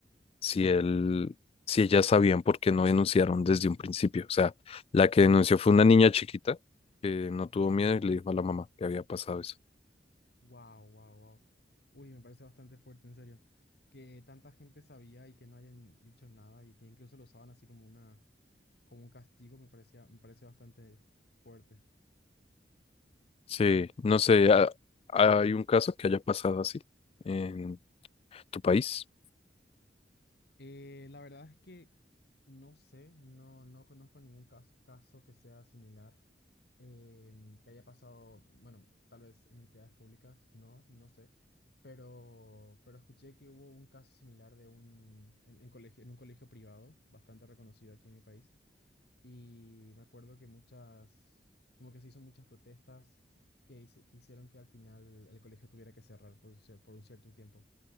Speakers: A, on the left; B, on the left.
A: si él, si ellas sabían por qué no denunciaron desde un principio. O sea, la que denunció fue una niña chiquita que no tuvo miedo y le dijo a la mamá que había pasado eso.
B: wow, wow, wow. Uy, me parece bastante fuerte, en serio. Que tanta gente sabía y que no hayan dicho nada y que incluso lo usaban así como una, como un castigo, me parecía, me parece bastante fuerte.
A: Sí, no sé, ¿ha- ¿hay un caso que haya pasado así en tu país?
B: Eh, la verdad es que no sé, no, no conozco ningún cas- caso que sea similar, em, que haya pasado, bueno, tal vez en entidades públicas, no, no sé, pero, pero escuché que hubo un caso similar de un, en, en colegio, en un colegio privado, bastante reconocido aquí en mi país, y me acuerdo que muchas, como que se hizo muchas protestas que, hice- que hicieron que al final el colegio tuviera que cerrar por, cier- por un cierto tiempo.